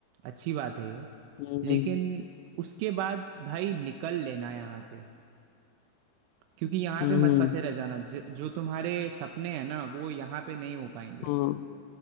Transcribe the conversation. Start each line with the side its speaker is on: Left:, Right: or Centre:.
Right: अच्छी बात है ये
Left: हम्म
Right: लेकिन
Left: हम्म
Right: उसके बाद भाई निकल लेना यहाँ से क्योंकि यहाँ
Left: हम्म
Right: पे मत फंसे रह जाना ज, जो तुम्हारे सपने हैं ना वो यहाँ पे नहीं हो पाएंगे
Left: हम्म